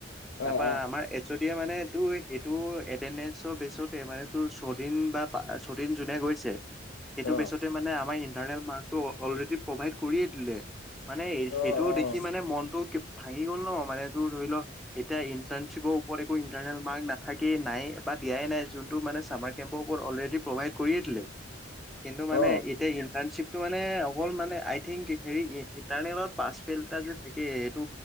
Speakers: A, in the centre; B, on the left.
A: তাৰপা
B: অ', অ',
A: আমাৰ এচ- অদিয়ে মানে তোৰ সেইটো এটেডেঞ্চৰ বেচতে মানে তোৰ ছদিন বা পা ছদিন যোনে গৈছে - সেইটো
B: অ',
A: বেছতে মানে আমাৰ ইন্টাৰনেল মাৰ্কটো অলৰেডি প্ৰভাইড কৰিয়ে দিলে। মানে, সেইটো
B: অ',
A: দেখি মানে মনটো ভাঙি গ'ল ন মানে, - টো ধৰিল এতিয়া ইন্টাৰ্শিপৰ ওপৰত একো ইন্টাৰ্নেল মাৰ্ক নাথাকে নাইয়ে, বা দিয়াই নাই - যোনটো মানে চামাৰ কেম্পৰ ওপৰত অলৰেডি প্ৰভাইড কৰিয়ে দিলে। কিন্তু মানে,
B: অ',
A: এতিয়া ইণ্টাৰ্ণশ্বিপটো মানে অকল মানে, আই- থিংক হেৰি ইন্টাৰনেলট পাছ ফেইল এটা যে থাকে সেইটো